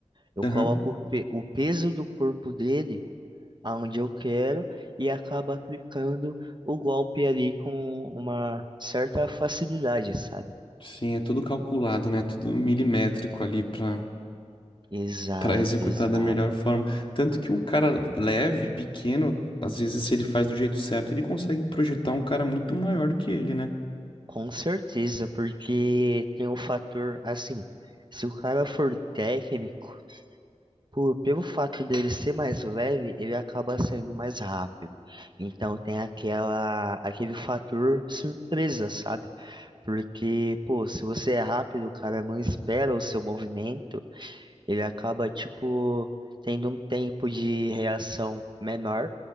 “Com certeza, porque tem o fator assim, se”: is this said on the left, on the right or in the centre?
Right